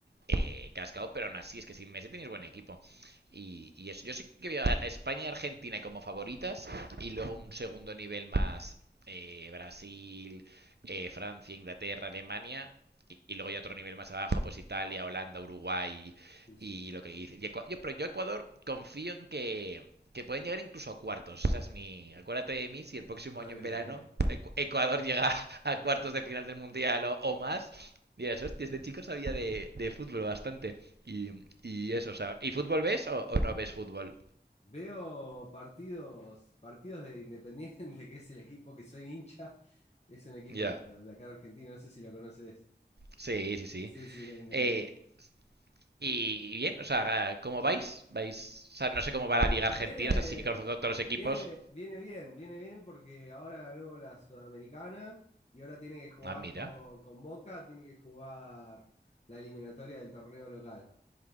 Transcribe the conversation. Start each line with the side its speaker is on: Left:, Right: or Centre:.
Right: eh, cascado, pero aún así es que sin Messi tenéis buen equipo. Y, y eso, yo sí que veo a España y Argentina como favoritas y luego un segundo nivel más eh, Brasil, eh, Francia, Inglaterra, Alemania y, y luego ya otro nivel más abajo, pues Italia, Holanda, Uruguay
Left: Sí, sí,
Right: y
Left: sí.
Right: lo que dice. Y Ecua- yo, pero yo Ecuador confío en que, que pueden llegar incluso a cuartos. Esa es mi... Acuérdate de mí si el próximo
Left: Está
Right: año
Left: bien,
Right: en verano
Left: está bien.
Right: Ecu- Ecuador llega <laughs> a cuartos de final del Mundial o, o más. Dirás,
Left: <laughs>
Right: hostia, este chico
Left: Sí.
Right: sabía de, de fútbol bastante. Y, y eso, o sea, ¿y fútbol ves o, o no ves fútbol?
Left: Veo partidos, partidos de Independiente, <laughs> que es el equipo que soy hincha. Es un equipo
Right: Ya.
Left: de, de acá de Argentina, no sé si lo conoces.
Right: Sí, sí, sí.
Left: Sí, sí, es Independiente.
Right: Eh, y, y bien, o sea, ¿cómo vais? ¿Vais? O sea, no sé cómo va
Left: Vi-
Right: la Liga Argentina,
Left: Viene,
Right: o sea, sí que conozco todos los equipos,
Left: viene, viene bien, viene bien porque ahora ganó la Sudamericana y ahora tiene que jugar
Right: Ah, mira.
Left: con, con Boca, tiene que jugar la eliminatoria del torneo local.